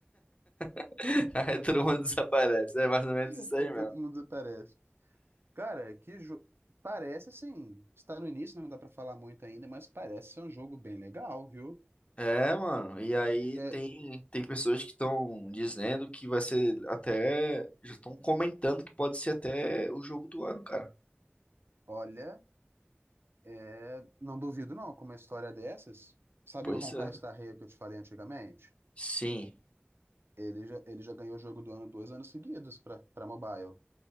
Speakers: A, on the left; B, on the right.
A: <laughs> Aí todo mundo desaparece, é mais ou menos isso
B: <laughs>
A: aí mesmo.
B: Todo mundo parece. <laughs> Cara, que jo... parece assim, está no início, né, não dá pra falar muito ainda, mas parece ser um jogo bem legal, viu?
A: É, mano, e aí
B: É,
A: tem, tem pessoas que estão dizendo que vai ser até, já estão comentando que pode ser até o jogo do ano, cara.
B: olha, é, não duvido não, com uma história dessas. Sabe
A: Pois
B: o Honkai
A: é.
B: Star Rail que eu te falei antigamente?
A: Sim.
B: Ele já, ele já ganhou o jogo do ano dois anos seguidos pra para mobile.